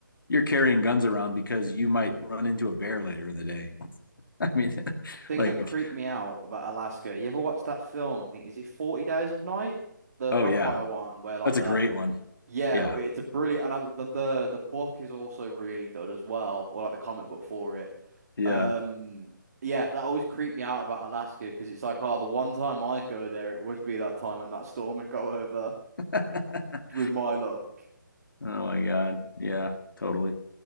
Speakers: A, on the left; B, on the right.
A: you're carrying guns around because you might run into a bear later in the day. <laughs> I mean, <laughs>
B: Thing
A: like,
B: that creeped me out about Alaska, you ever watched that film? I think is it 40 Days of Night? The
A: oh
B: vampire
A: yeah,
B: one where like
A: that's
B: the
A: a great one.
B: Yeah,
A: Yeah.
B: it's a brilliant, and I, the, the the book is also really good as well, or like the comic book for it.
A: Yeah.
B: Um, yeah, that always creeped me out about Alaska because it's like, oh, the one time I'd go there, it would be that time, and that storm would go over
A: <laughs>
B: <laughs> with my luck.
A: Oh my God. Yeah, totally.